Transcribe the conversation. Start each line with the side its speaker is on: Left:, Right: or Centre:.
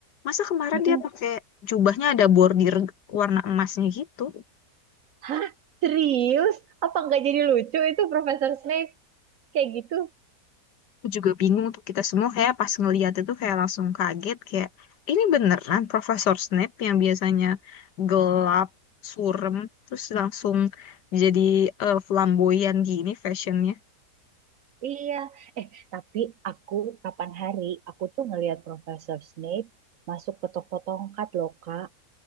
Left: Masa kemarin
Right: mm-mm.
Left: dia pakai jubahnya ada bordir warna emasnya gitu.
Right: Hah? Serius? Apa nggak jadi lucu itu Profesor Snape? Kayak gitu?
Left: Aku juga bingung tuh kita semua kayak pas ngeliat itu kayak langsung kaget kayak ini beneran Profesor Snape yang biasanya gelap, surem, terus langsung jadi eh, flamboyan gini fashionnya.
Right: Iya. Eh, tapi aku kapan hari aku tuh ngelihat Profesor Snape masuk ke toko tongkat loh, Kak.